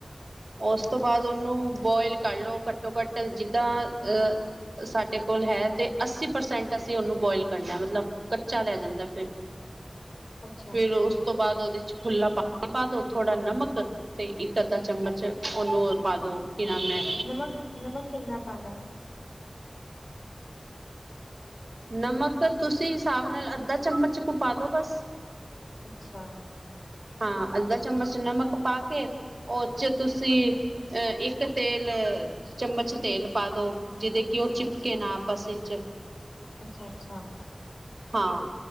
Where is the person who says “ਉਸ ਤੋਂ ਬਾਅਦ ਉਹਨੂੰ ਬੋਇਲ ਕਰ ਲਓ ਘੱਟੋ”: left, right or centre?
Right